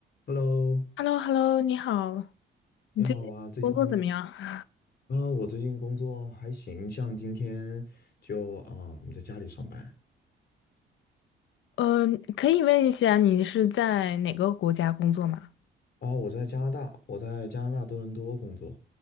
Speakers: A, on the left; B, on the left.
A: Hello，
B: h e l l o h e l l o 你好，你最近工作怎么样？
A: 你好啊，最近
B: <laughs>
A: 啊，我最近工作还行，像今天就啊，我们在家里上班
B: 呃，可以问一下你是在哪个国家工作吗？
A: 啊，我在加拿大，我在加拿大多伦多工作，